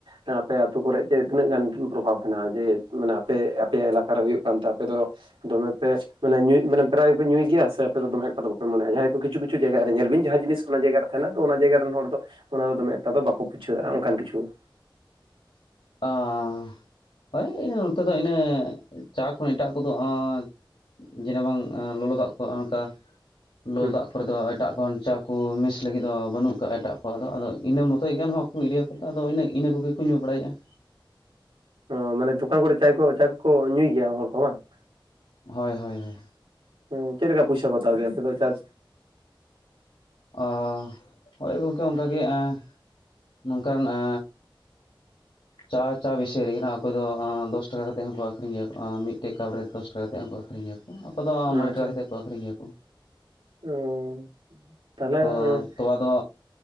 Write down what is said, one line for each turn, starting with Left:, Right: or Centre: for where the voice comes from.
Right: ᱦᱮᱸᱼᱻ ᱟᱯᱮ ᱟᱹᱛᱩ ᱠᱚᱨᱮ ᱪᱮᱜ ᱛᱤᱱᱟᱹᱜ ᱜᱟᱱ ᱯᱨᱚᱵᱷᱟᱵᱽ ᱢᱮᱱᱟᱜᱼᱟ ᱡᱮ, ᱢᱟᱱᱮ ᱟᱯᱮ ᱟᱯᱮᱭᱟᱜ ᱮᱞᱟᱠᱟ ᱨᱮ ᱦᱩᱭᱩᱜ ᱠᱟᱱᱛᱮ ᱟᱯᱮ ᱫᱚᱼᱼ ᱫᱚᱢᱮ ᱯᱮ <unintelligible> ᱢᱟᱱᱮ ᱧᱩᱭ ᱢᱟᱱᱮ ᱯᱨᱟᱭ ᱵᱤᱱ ᱧᱩᱭ ᱜᱮᱭᱟ, ᱥᱮ ᱟᱯᱮ ᱫᱚ ᱫᱚᱢᱮ ᱮᱠᱴᱟ ᱫᱚ ᱵᱟᱯᱮ ᱢᱚᱱᱮᱭᱟᱜᱼᱟ ᱡᱟᱦᱟᱸᱭ ᱠᱩ ᱠᱤᱪᱷᱩ ᱠᱤᱪᱷᱩ ᱡᱟᱭᱜᱟ ᱨᱮ ᱧᱮᱞᱵᱤᱱ ᱡᱟᱸᱦᱟᱸ ᱡᱤᱱᱤᱥ ᱚᱱᱟ ᱡᱟᱭᱜᱟ ᱨᱮᱼᱼ ᱠᱟᱱᱟ ᱫᱚ ᱚᱱᱟ ᱡᱟᱭᱜᱟ ᱨᱮᱱ ᱦᱚᱲ ᱫᱚ, ᱚᱱᱟ ᱫᱚᱢᱮ ᱮᱠᱴᱟ ᱫᱚ ᱵᱟᱠᱚ ᱯᱩᱪᱷᱟᱹᱣᱟᱜᱼᱟ ᱚᱱᱠᱟᱱ ᱠᱤᱪᱷᱩᱼᱼ
Left: ᱟᱸ ᱳᱭ ᱱᱚᱛᱮ ᱫᱚ ᱤᱱᱟᱹ, ᱪᱟ ᱠᱷᱚᱱ ᱮᱴᱟᱜ ᱠᱚᱫᱚ ᱦᱟᱸᱜᱼᱼ ᱡᱮᱱᱮ ᱵᱟᱝ ᱮᱸ ᱞᱚᱞᱚ ᱫᱟᱜ ᱠᱚ ᱚᱱᱠᱟ, ᱞᱚᱞᱚ
Right: ᱦᱩᱸ
Left: ᱫᱟᱜᱼᱼ ᱠᱚᱨ ᱫᱚ ᱮᱴᱟᱜ ᱠᱷᱚᱱ ᱪᱟ ᱠᱚ ᱢᱤᱥ ᱞᱟᱹᱜᱤᱫ ᱫᱚ ᱵᱟᱹᱱᱩᱜ ᱠᱟᱜᱼᱟ, ᱮᱴᱟᱜ ᱠᱚ ᱟᱫᱚ ᱤᱱᱟᱹ ᱢᱚᱛᱚᱡ ᱜᱮ ᱜᱟᱱᱚᱜᱼᱟ ᱾ ᱩᱱᱠᱩ ᱮᱨᱤᱭᱟᱹ ᱠᱚᱫᱚ ᱟᱫᱚ ᱚᱱᱮ ᱤᱱᱟᱹ ᱠᱚᱜᱮ ᱠᱚ ᱧᱩ ᱵᱟᱲᱟᱭᱮᱜᱼᱟ ᱾
Right: ᱚᱻ ᱢᱟᱱᱮ ᱫᱚᱠᱟᱱ ᱠᱚᱨᱮ ᱪᱟᱭ ᱠᱚ ᱪᱟ ᱠᱚᱠᱚ ᱧᱩᱭ ᱜᱮᱭᱟ ᱦᱚᱲ ᱠᱚ ᱵᱟᱝ ᱾
Left: ᱦᱚᱭ ᱦᱚᱭ ᱾
Right: ᱛᱚ ᱪᱮᱫ ᱞᱮᱠᱟ ᱯᱩᱭᱥᱟᱹ ᱠᱚ ᱦᱟᱛᱟᱣ ᱜᱮᱭᱟ ᱚᱱᱛᱮ ᱫᱚ ᱪᱟᱥ?
Left: ᱟᱻ ᱦᱳᱭ ᱜᱚᱝᱠᱮ ᱚᱱᱠᱟ ᱜᱮ ᱟᱻ ᱱᱚᱝᱠᱟᱱ ᱟᱻ ᱪᱟ ᱪᱟ ᱵᱤᱥᱚᱭ ᱨᱮ ᱠᱟᱱᱟ᱾ ᱚᱠᱚᱭ ᱫᱚ ᱟᱸ ᱫᱚᱥ ᱴᱟᱠᱟ ᱠᱟᱛᱮᱫ ᱦᱚᱸᱠᱚᱸ ᱟᱠᱷᱨᱤᱧ ᱜᱮᱭᱟ᱾ ᱟᱸ ᱢᱤᱫᱴᱮᱡ ᱠᱟᱯ ᱨᱮ ᱫᱚᱥ ᱴᱟᱠᱟ᱾ ᱠᱟᱛᱮᱫ ᱦᱚᱸᱠᱩ ᱟᱹᱠᱷᱨᱤᱧ ᱜᱮᱭᱟᱠᱩ᱾ ᱟᱠᱚ ᱫᱚ
Right: ᱟᱪᱪᱷᱟ
Left: ᱢᱚᱬᱮ ᱴᱟᱠᱟ ᱠᱟᱛᱮᱫ ᱠᱚ ᱟᱠᱠᱷᱨᱤᱧ ᱜᱮᱭᱟᱠᱩ᱾
Right: ᱚ ᱛᱟᱦᱚᱞᱮ ᱟᱪᱪᱷᱟ
Left: ᱚᱸ ᱛᱳᱣᱟ ᱫᱚ